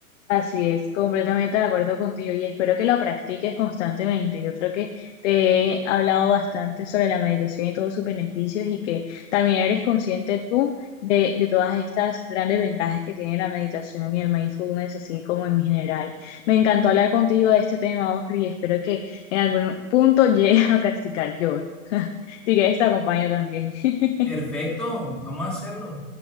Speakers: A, on the left (about 55°); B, in the centre.
A: Así es, completamente de acuerdo contigo y espero que lo practiques constantemente. Yo creo que te he hablado bastante sobre la meditación y todos sus beneficios y que también eres consciente tú de, de todas estas grandes ventajas que tiene la meditación y el mindfulness, así como en general. Me encantó hablar contigo de este tema, Oscar, y espero que en algún punto <laughs> llegues a practicar yoga. <laughs> Si quieres, te acompaño también. <laughs>
B: Perfecto, vamos a hacerlo.